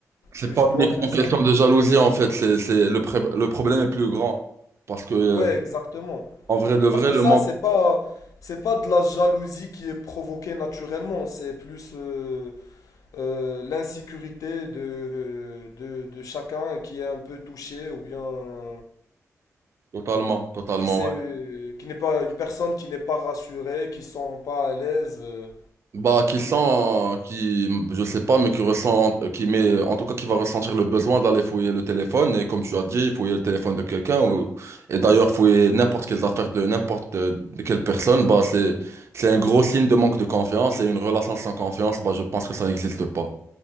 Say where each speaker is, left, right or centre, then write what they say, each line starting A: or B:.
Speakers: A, on the right; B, on the left.
A: C'est
B: que
A: pas
B: je dois
A: uniquement
B: faire
A: question
B: ça.
A: de jalousie, en fait, c'est, c'est, le, pré- le problème est plus grand. Parce que, euh,
B: Ouais, exactement.
A: en vrai de
B: Parce
A: vrai,
B: que
A: le
B: ça,
A: manque,
B: c'est pas, c'est pas de la jalousie qui est provoquée naturellement. C'est plus, euh, euh, l'insécurité de, de, de chacun qui est un peu touché ou bien euh,
A: totalement, totalement.
B: qui sait, euh, qui n'est pas une personne qui n'est pas rassurée, qui ne sont pas à l'aise. euh.
A: Bah, qui sent, qui, je sais pas, mais qui ressent, qui met, en tout cas, qui va ressentir le besoin d'aller fouiller le téléphone. Et comme tu as dit, fouiller le téléphone de quelqu'un, ou- et d'ailleurs, fouiller n'importe quelles affaires de n'importe euh, de quelle personne, bah, c'est, c'est un gros signe de manque de confiance. Et une relation sans confiance, bah, je pense que ça n'existe pas.